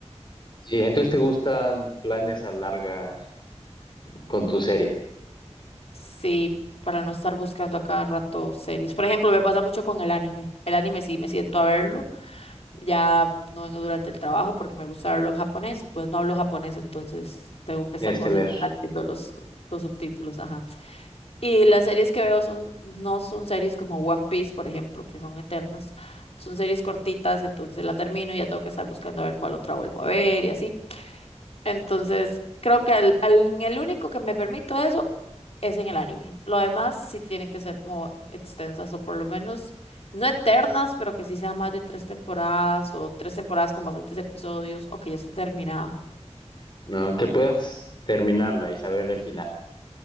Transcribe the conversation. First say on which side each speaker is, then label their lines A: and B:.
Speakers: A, on the left (about 40°); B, on the left (about 60°).
A: Sí, entonces te gustan planes a larga con tus series.
B: Sí, para no estar buscando a cada rato series. Por ejemplo, me pasa mucho con el anime. El anime sí me siento a verlo, ya no vengo durante el trabajo porque me gusta verlo en japonés y pues no hablo japonés, entonces tengo que estar
A: Tienes
B: concentrada
A: que leer,
B: viendo los, los subtítulos, ajá. Y las series que veo son, no son series como One Piece, por ejemplo, que son eternas. Son series cortitas, entonces la termino y ya tengo que estar buscando a ver cuál otra vuelvo a ver y así. Entonces, creo que al, al- en el único que me permito eso es en el anime. Lo demás sí tienen que ser como extensas o por lo menos no eternas, pero que sí sean más de tres temporadas o tres temporadas con bastantes episodios o que ya está terminada.
A: ¿no? Que puedas terminarla y saber el final. <laughs>